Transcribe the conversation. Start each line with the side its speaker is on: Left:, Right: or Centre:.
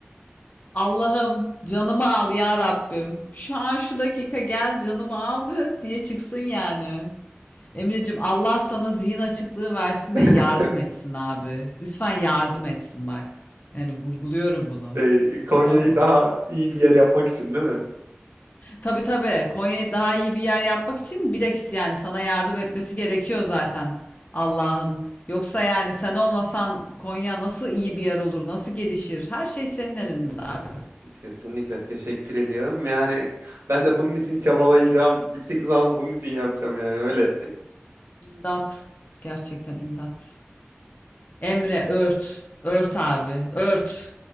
Left: <laughs> Allah'ım canımı al ya Rabbim. Şu an şu dakika gel canımı al <laughs> diye çıksın yani. Emreciğim Allah sana zihin açıklığı versin
Right: <laughs>
Left: ve yardım etsin abi. Lütfen yardım etsin bak. Yani vurguluyorum bunu.
Right: Şey, Konya'yı
Left: Tamam mı?
Right: daha iyi bir yer yapmak için değil mi?
Left: Tabii tabii. Konya'yı daha iyi bir yer yapmak için bir de yani sana yardım etmesi gerekiyor zaten Allah'ın. Yoksa yani sen olmasan Konya nasıl iyi bir yer olur, nasıl gelişir? Her şey senin elinde abi.
Right: Kesinlikle teşekkür ediyorum. Yani ben de bunun için çabalayacağım. Yüksek lisansı bunun için yapacağım yani öyle.
Left: İmdat. Gerçekten imdat. Emre ört. Ört abi. Ört.